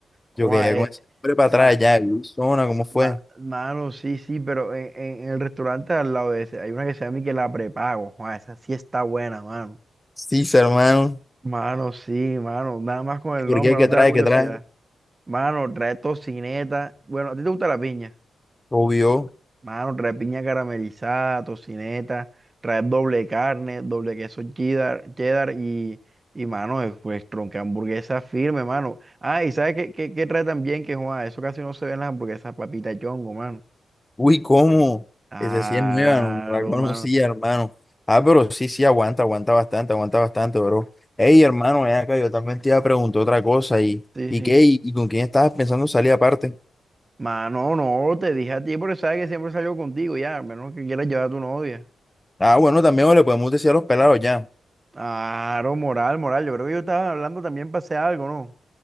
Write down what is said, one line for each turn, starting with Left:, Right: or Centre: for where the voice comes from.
Right: Oja,
Left: Yo quería
Right: eh,
Left: <laughs> con ese nombre para atrás
Right: ma-
Left: ya, Luisona, ¿cómo fue?
Right: ma- mano, sí, sí, pero en, en- en el restaurante al lado de ese hay una que se llama que la prepago. Oja, esa sí está buena, mano.
Left: Sí, hermano.
Right: Mano, sí, mano. Nada más con el
Left: ¿Por
Right: nombre,
Left: qué? ¿Qué
Right: no te
Left: trae?
Right: da curiosidad.
Left: ¿Qué trae?
Right: Mano, trae tocineta. Bueno, ¿a ti te gusta la piña?
Left: Obvio.
Right: Mano, trae piña caramelizada, tocineta, trae doble carne, doble queso cheddar, cheddar y, y mano, eh, pues tronca hamburguesa firme, mano. Ah, y ¿sabes qué, qué, qué trae también? Que, Juan, eso casi no se ve en las hamburguesas, papita chongo, mano.
Left: Uy, ¿cómo?
Right: Claro,
Left: Esa sí es nueva, no no la conocía,
Right: mano.
Left: hermano. Ah, pero sí, sí, aguanta, aguanta bastante, aguanta bastante, bro. Ey, hermano, ven acá, yo también te iba a preguntar otra cosa. ¿Y,
Right: Sí,
Left: y
Right: sí.
Left: qué? ¿Y, y con quién estabas pensando salir aparte?
Right: Mano, no, te dije a ti, pero sabes que siempre salgo contigo, ya, a menos que quieras llevar a tu novia.
Left: Ah, bueno, también le podemos decir a los pelados ya.
Right: Claro, moral, moral. Yo creo que yo estaba hablando también, para hacer algo, ¿no?